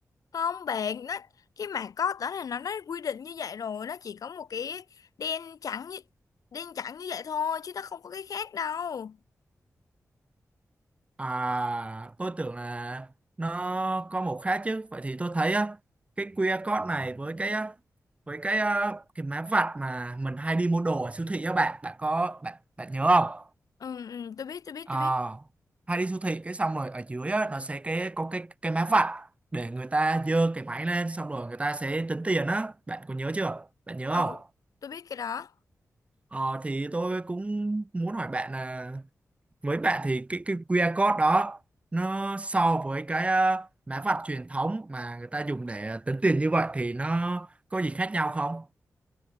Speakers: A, on the left; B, on the right.
A: không bạn nó cái mảng có đó là nó nó quy định như vậy rồi nó chỉ có một cái đen trắng như đen trắng như vậy thôi chứ nó không có cái khác đâu
B: À, tôi tưởng là nó có một khác chứ. Vậy thì tôi thấy á, cái QR code này với cái á, với cái á, cái mã vạch mà mình hay đi mua đồ ở siêu thị á bạn, bạn có bạn bạn nhớ không?
A: ừ, ừ tôi biết tôi biết
B: À,
A: tôi biết
B: hay đi siêu thị cái xong rồi ở dưới á, nó sẽ cái có cái cái mã vạch để người ta giơ cái máy lên xong rồi người ta sẽ tính tiền á. Bạn có nhớ chưa? Bạn nhớ
A: ừ
B: không?
A: tôi biết cái đó
B: Ờ thì tôi cũng muốn hỏi bạn là với bạn thì cái cái QR code đó nó so với cái ờ, mã vạch truyền thống mà người ta dùng để ờ, tính tiền như vậy thì nó có gì khác nhau không?